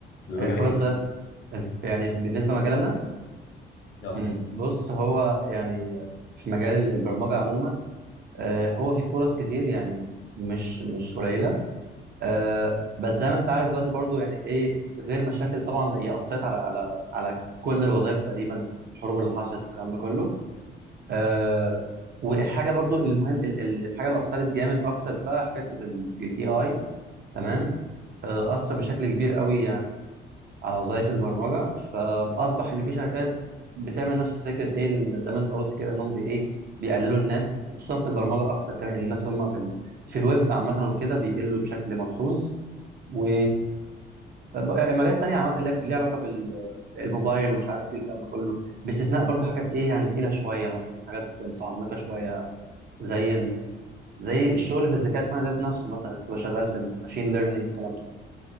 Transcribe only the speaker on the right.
الفرص
بتاعت الف... يعني بالنسبه لمجالنا
أمم. بص هو يعني في مجال البرمجه عموما آه هو في فرص كتير يعني مش مش قليله آه بس زي ما انت عارف دلوقتي برضو يعني ايه غير مشاكل طبعا هي اثرت على على على كل الوظائف تقريبا يعني الحروب اللي حصلت والكلام ده كله آه وحاجه برضو المهم ال- ال- الحاجه اللي اثرت جامد اكتر بقى حته الاي اي تمام آه، اثر بشكل كبير قوي يعني على وظائف البرمجه فاصبح ان في شركات بتعمل نفس فكره ايه ال- زي ما انت قلت كده انهم بي ايه بيقللوا الناس وخصوصا في البرمجه اكتر كمان الناس هم في ال... في الويب عامه وكده بيقلوا بشكل ملحوظ و آه، مجالات تانية عامة اللي ليها علاقة بالموبايل ومش عارف ايه الكلام ده كله باستثناء برضو حاجات ايه يعني تقيلة شوية مثلا حاجات متعمقة شوية زي ال... زي الشغل في الذكاء الصناعي ذات نفسه مثلا تبقى شغال في الماشين ليرنينج والكلام ده